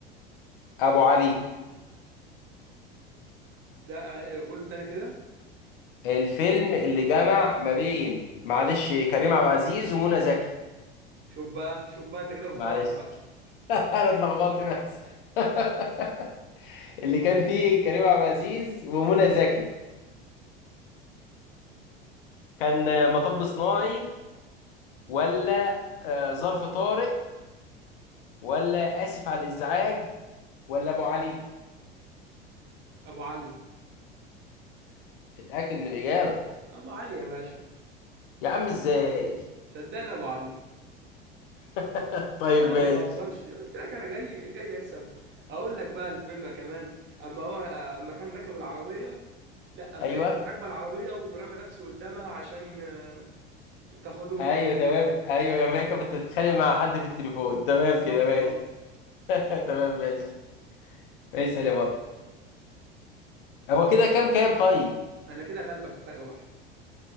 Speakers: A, on the left (about 60°); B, on the right (about 40°).
A: ابو علي
B: لا آه، قول تاني كده
A: الفيلم اللي جمع ما بين معلش كريم عبد العزيز ومنى زكي
B: شوف بقى شوف بقى انت كده بتهرج
A: معلش
B: بقى
A: <laughs> انا اتلخبطت بس <laughs> اللي كان فيه كريم عبد العزيز ومنى زكي كان آه، مطب صناعي ولا آه، ظرف طارئ ولا آسف على الإزعاج ولا أبو علي
B: ابو علي
A: اتأكد من الإجابة
B: ابو علي يا باشا
A: يا عم إزاي
B: صدقني ابو علي
A: <laughs> طيب
B: انا
A: ماشي
B: ما بهزرش قلت لك انا جاي جاي اكسب اقول لك بقى الفيلم كمان اما هو اما كان راكب العربيه لا اما
A: أيوه
B: هي كانت راكبه العربيه ورمى نفسه قدامها عشان آه، تاخده
A: أيوه
B: مع
A: تمام أيوه يا ماما كانت بتتخانق مع حد في التليفون
B: <laughs>
A: تمام
B: بالظبط
A: كده ماشي
B: اه
A: <laughs> تمام ماشي اسأل يا بطل هو كده كام كام طيب
B: انا كده غلبك بفرق واحد